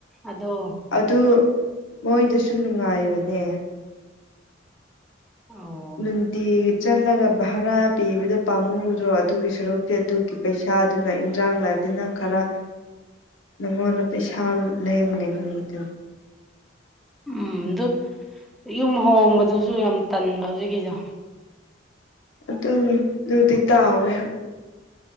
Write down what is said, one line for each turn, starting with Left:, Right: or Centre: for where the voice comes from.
Centre: ꯑꯗꯣ
Left: ꯑꯗꯨ ꯃꯣꯏꯗꯁꯨ ꯅꯨꯡꯉꯥꯏꯕꯅꯦ
Centre: ꯑꯣ
Left: ꯅꯨꯡꯗꯤ ꯆꯠꯂꯒ ꯚꯔꯥ ꯄꯤꯕꯗꯣ ꯄꯥꯝꯍꯧꯗ꯭ꯔꯣ ꯑꯗꯨꯒꯤ ꯁꯔꯨꯛꯇꯤ ꯑꯗꯨꯒꯤ ꯄꯩꯁꯥꯗꯨꯅ ꯏꯟꯖꯥꯡ ꯂꯥꯛ ꯑ ꯅꯪ ꯈꯔ
Centre: <inaudible>
Left: ꯒꯋꯥꯗ ꯄꯦꯁꯥꯜ ꯂꯩꯦꯦꯝꯒꯅꯤꯗ
Centre: ꯎꯝ ꯑꯗꯨ ꯌꯨꯝ ꯍꯣꯡꯕꯗꯨꯁꯨ ꯌꯥꯝ ꯇꯟꯕ ꯍꯧꯖꯤꯛꯀꯤꯗꯣ
Left: ꯑꯗꯨꯅꯤ ꯑꯗꯨꯗꯤ ꯇꯥꯎꯋꯦ